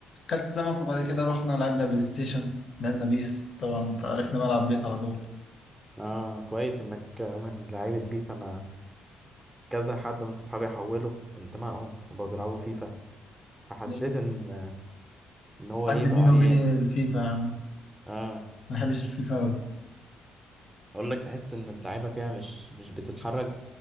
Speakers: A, on the left (about 60°); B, on the right (about 15°).
A: كلت سمك وبعد كده رحنا لعبنا بلاي ستيشن لعبنا بيس طبعا انت عرفني بلعب بيس على طول
B: اه كويس إنك من لعيبة بيس أنا كذا حد من صحابي حولوا انتمائهم وبقوا بيلعبوا فيفا فحسيت
A: ليه؟
B: ان ان هو
A: عندي
B: ايه بقى
A: بيني
B: عيال
A: وبين الفيفا يا عم
B: اه
A: ما بحبش الفيفا أوي
B: اقول لك تحس ان اللعيبه فيها مش مش بتتحرك